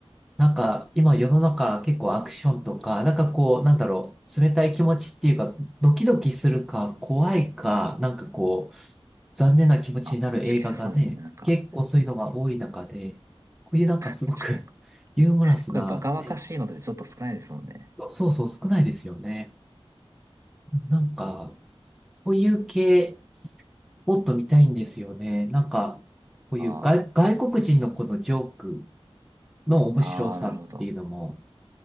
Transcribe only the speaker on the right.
あ、確かにそうですね。なんか、
確かに、
これバカバカしいのでちょっと少ないですもんね。
あ
あ、ああ、なるほど。